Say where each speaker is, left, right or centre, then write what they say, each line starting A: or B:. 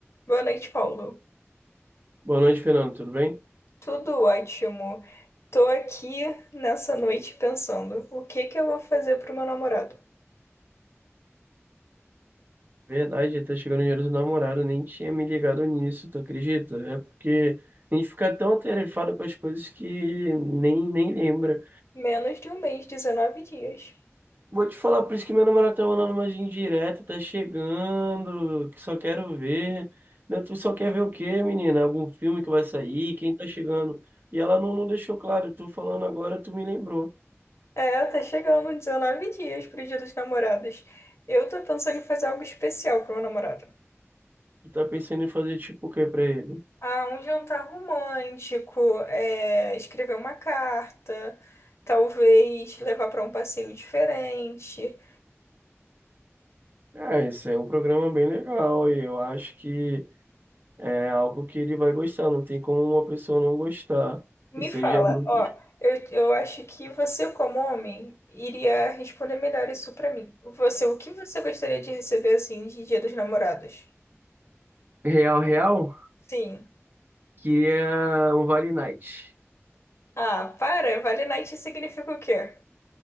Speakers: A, on the left; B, on the right.
A: Boa noite, Paulo.
B: Boa noite, Fernando. Tudo bem?
A: Tudo ótimo. Tô aqui nessa noite pensando, o que que eu vou fazer pro meu namorado?
B: Verdade, tá chegando o dinheiro do namorado, nem tinha me ligado nisso, tu acredita? É porque a gente fica tão atarefado com as coisas que nem, nem lembra.
A: Menos de um mês, 19 dias.
B: Vou te falar, por isso que meu namorado tá mandando umas indiretas, tá chegando, que só quero ver. Não, Tu só quer ver o quê, menina? Algum filme que vai sair? Quem tá chegando? E ela não, não deixou claro, tu falando agora, tu me lembrou.
A: É, tá chegando 19 dias pro Dia dos Namorados. Eu tô pensando em fazer algo especial pro meu namorado.
B: Tu tá pensando em fazer tipo o quê pra ele?
A: Ah, um jantar romântico, é, escrever uma carta, talvez levar pra um passeio diferente.
B: É, esse é um programa bem legal e eu acho que. É algo que ele vai gostar, não tem como uma pessoa não gostar.
A: Me
B: Isso
A: fala,
B: aí já é muito...
A: ó, eu, eu acho que você, como homem, iria responder melhor isso pra mim. Você, o que você gostaria de receber assim de Dia dos Namorados?
B: Real, real,
A: Sim.
B: queria um Vale Night.
A: Ah, para, Vale Night significa o quê?